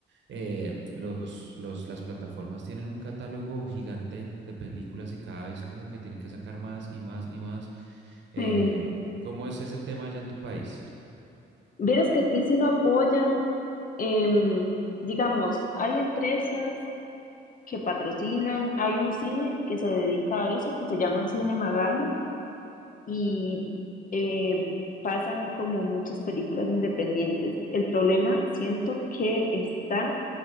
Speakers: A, on the right; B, on the left.
A: eh, los, los, las plataformas tienen un catálogo gigante de películas y cada vez como que tienen que sacar más y más y más. Eh,
B: Sí.
A: ¿cómo es ese tema allá en tu país?
B: Vieras que aquí sí lo apoyan, em, digamos, hay empresas que patrocinan, hay un cine que se dedica a eso, que se llama el Cine Magali, y eh, pasan como muchas películas independientes. El problema siento que está